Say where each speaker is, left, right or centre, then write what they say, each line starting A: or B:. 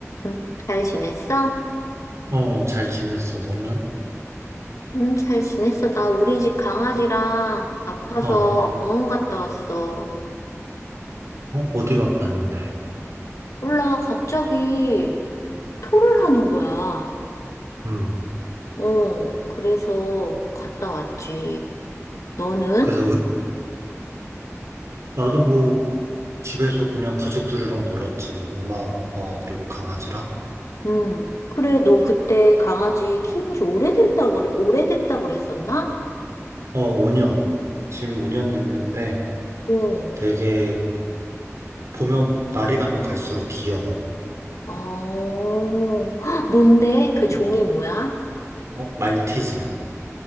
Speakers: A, on the left; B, on the right.
A: 음, 잘 지냈어?
B: 어, 잘 지냈어, 너는?
A: 음, 잘 지냈어. 나 우리 집 강아지랑 아파서
B: 어, 어,
A: 어, 병원 갔다 왔어.
B: 어디가 아팠는데?
A: 몰라, 갑자기 토를 하는 거야.
B: 음,
A: 어, 그래서 갔다 왔지. 너는?
B: 그래서 으- 나도 뭐 집에서 그냥 가족들이랑 놀았지, 뭐 엄마, 아빠, 그리고 강아지랑.
A: 음, 그래, 너 그때 강아지 키운 지 오래된다고, 그래- 오래됐다고 그랬었나?
B: 어, 5년. 지금 5년 됐는데
A: 어,
B: 되게 보면, 날이 가면 갈수록 귀여워.
A: 어, 헉, 뭔데? 그 종이 뭐야?
B: 어, 말티즈.